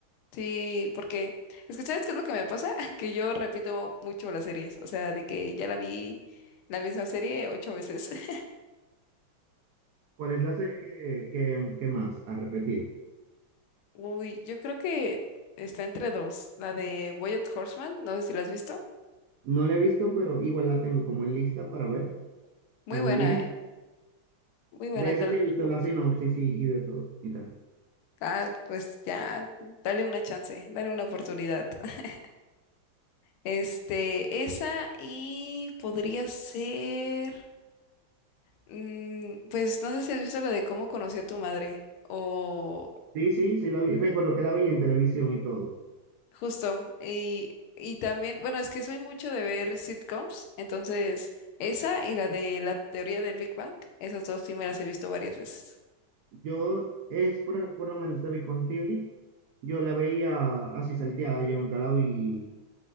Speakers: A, on the left (about 85°); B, on the right (about 80°).
A: Sí, porque es que ¿sabes qué es lo que me pasa? <laughs> Que yo repito mucho las series, o sea, de que ya la vi la misma serie ocho veces. <laughs>
B: ¿Cuál es la serie que, que, que más ha repetido?
A: Uy, yo creo que está entre dos, la de BoJack Horseman, no sé si la has visto.
B: No la he visto, pero igual la tengo como en lista para ver
A: Muy
B: algún
A: buena,
B: día.
A: ¿eh? Muy buena,
B: De esa
A: te la
B: sí he visto
A: recomiendo.
B: la sinopsis y, y de todo y tal.
A: Ah, pues ya, dale una chance, dale una oportunidad. <laughs> Este, esa y podría ser, mm, pues no sé si has visto la de cómo conocí a tu madre o
B: Sí, sí, sí la vi. Recuerdo que la vi en televisión y todo.
A: justo. Y, y también, bueno, es que soy mucho de ver sitcoms, entonces esa y la de la teoría del Big Bang, esas dos sí me las he visto varias veces.
B: Yo es por, por lo menos de Big Bang Theory. Yo la veía así salteada, yo nunca la vi.